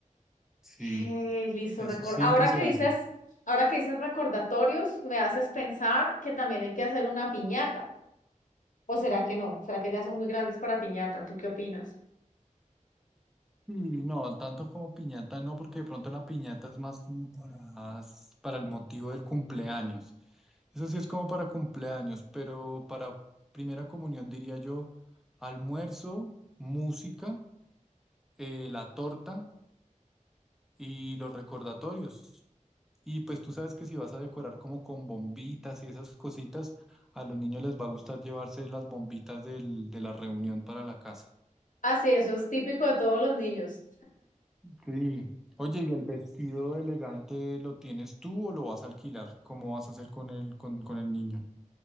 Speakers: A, in the centre; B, on the left (about 75°).
A: Sí,
B: Eh, listo,
A: eso
B: record.
A: siempre
B: Ahora
A: se
B: que dices,
A: hace.
B: ahora que dices recordatorios, me haces pensar que también hay que hacer una piñata. ¿O será que no? ¿Será que ya son muy grandes para piñata? ¿Tú qué opinas?
A: Sí, no, tanto como piñata no, porque de pronto la piñata es más como para, para el motivo del cumpleaños. Eso sí es como para cumpleaños, pero para primera comunión diría yo almuerzo, música, eh, la torta y los recordatorios. Y pues tú sabes que si vas a decorar como con bombitas y esas cositas, a los niños les va a gustar llevarse las bombitas del- de la reunión para la casa.
B: Ah, sí, eso es típico de todos los niños.
A: Sí. Oye, ¿y el vestido elegante lo tienes tú o lo vas a alquilar? ¿Cómo vas a hacer con el, con, con el niño?